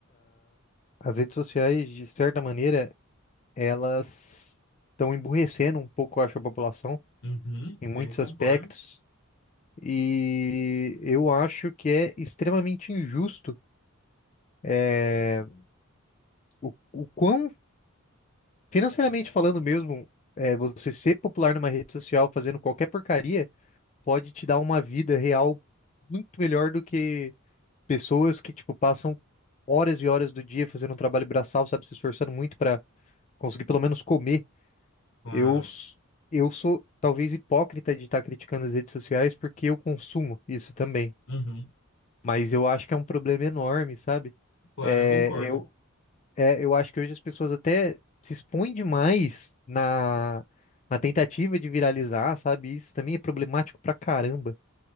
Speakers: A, on the left; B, on the left.
A: as redes sociais, de certa maneira, elas estão emburrecendo um pouco, eu acho, a população
B: Uhum,
A: em muitos
B: eu concordo.
A: aspectos. E eu acho que é extremamente injusto, é, o, o quão, financeiramente falando mesmo, é, você ser popular numa rede social fazendo qualquer porcaria. pode te dar uma vida real muito melhor do que pessoas que, tipo, passam horas e horas do dia fazendo um trabalho braçal, sabe, se esforçando muito para conseguir pelo menos comer.
B: Claro.
A: Eu, s- eu sou talvez hipócrita de estar criticando as redes sociais porque eu consumo isso também.
B: Uhum,
A: Mas eu acho que é um problema enorme, sabe?
B: claro,
A: É,
B: eu concordo.
A: eu, é, eu acho que hoje as pessoas até se expõem demais na, na tentativa de viralizar, sabe? Isso também é problemático pra caramba.